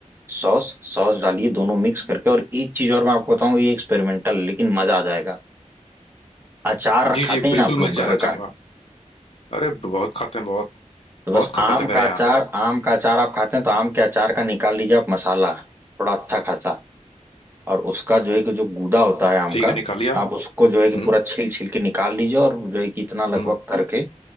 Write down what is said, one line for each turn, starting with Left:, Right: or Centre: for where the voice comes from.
Right: सॉस सॉस डालिए दोनों मिक्स करके और एक चीज और मैं आपको बताऊं ये एक्सपेरिमेंटल लेकिन मजा आ जाएगा अचार
Left: जी
Right: खाते
Left: जी
Right: हैं
Left: बिल्कुल
Right: ना आप लोग
Left: मैं जाना
Right: घर का
Left: चाहूंगा अरे बहुत खाते हैं बहुत
Right: तो बस
Left: बहुत खपत
Right: आम
Left: है मेरे
Right: का
Left: यहाँ
Right: अचार आम का अचार आप खाते हैं तो आम के अचार का निकाल लीजिए आप मसाला थोड़ा अच्छा खासा और उसका जो है कि जो गूदा होता है आम
Left: ठीक
Right: का
Left: है निकालिया
Right: आप उसको जो
Left: हम्म
Right: है कि पूरा छील छील के निकाल लीजिए और जो है कि इतना लगभग
Left: हम्म
Right: करके